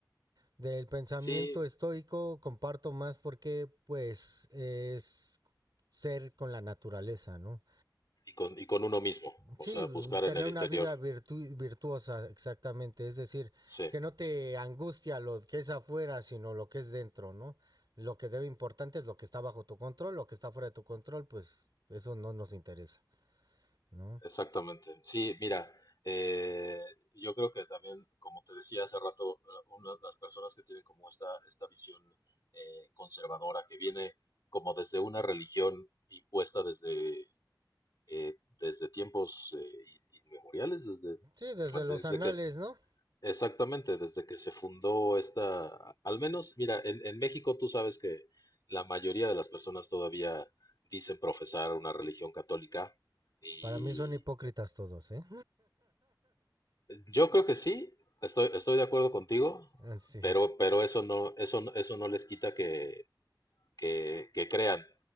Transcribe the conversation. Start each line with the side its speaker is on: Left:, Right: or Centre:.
Right: Del pensamiento
Left: Sí,
Right: estoico comparto más porque pues es ser con la naturaleza, ¿no?
Left: y con, y con uno mismo,
Right: Sí,
Left: o sea, buscar
Right: tener
Left: en el
Right: una
Left: interior.
Right: vida virtu- virtuosa, exactamente. Es decir,
Left: Sí,
Right: que no te angustia lo que es afuera, sino lo que es dentro, ¿no? Lo que debe importante es lo que está bajo tu control, lo que está fuera de tu control, pues eso no nos interesa. ¿no?
Left: exactamente. Sí, mira, eh, yo creo que también, como te decía hace rato, eh, una de las personas que tienen como esta, esta visión eh, conservadora que viene como desde una religión impuesta desde eh, desde tiempos eh, inmemoriales, desde,
Right: Sí, desde
Left: bueno,
Right: los
Left: desde
Right: anales,
Left: que, es-
Right: ¿no?
Left: exactamente, desde que se fundó esta, al menos, mira, en, en México tú sabes que la mayoría de las personas todavía dicen profesar una religión católica y
Right: Para mí son hipócritas todos, ¿eh?
Left: yo creo que sí, estoy, estoy de acuerdo contigo,
Right: <laughs> Así.
Left: pero, pero eso no, eso, no- eso no les quita que, que, que crean.